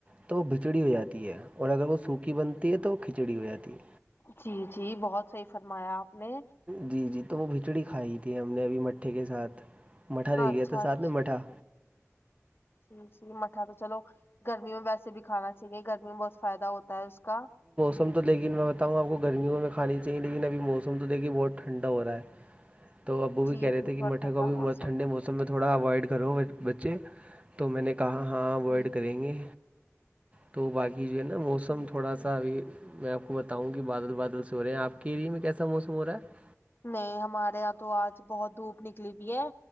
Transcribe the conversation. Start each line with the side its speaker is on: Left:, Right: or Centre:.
Right: تو وہ بھچڑی ہو جاتی ہے اور اگر وہ سوکھی بنتی ہے تو وہ کھچڑی ہو جاتی ہے
Left: جی جی بہت صحیح فرمایا آپ نے
Right: جی جی تو وہ بھچڑی کھائی تھی ہم نے ابھی مٹھے کے ساتھ مٹا
Left: اچھا
Right: لے لیا تھا
Left: اچھا
Right: ساتھ میں مٹھا
Left: جی جی مٹھا تو چلو گرمی میں ویسے بھی کھانا چاہیے گرمی میں بہت فائدہ ہوتا ہے اس کا
Right: موم تو دیکن میں بتاؤں آپ کو گرمیوں میں کھانی چاہی لیکنبھی موس تو دیکھ بہ ٹھنڈا ہو رہا ہے تو ابو بھی
Left: جی
Right: کہہ رہ
Left: جی
Right: تھے کہ
Left: تھوڑا
Right: مٹا
Left: ٹھنڈا
Right: کو بھیھی بہتٹھنڈے
Left: ہے
Right: موسم سب میں تھوڑا اوائڈ کرو بچے تو میں نے کہا ہاں اوائڈ
Left: جی
Right: کریں گے تو باقی جو ہے نا موسم
Left: جی
Right: تھوڑا
Left: جی
Right: سا ابھی میں آپ بتاؤں گ کہ بادل بادل سے ہو رہے ہیں آپ کیری میں کیسا موسم ہو رہا ہے
Left: نہیں ہمارے یہاں تو آج بہت دھوپ نکلی بھیئی ہے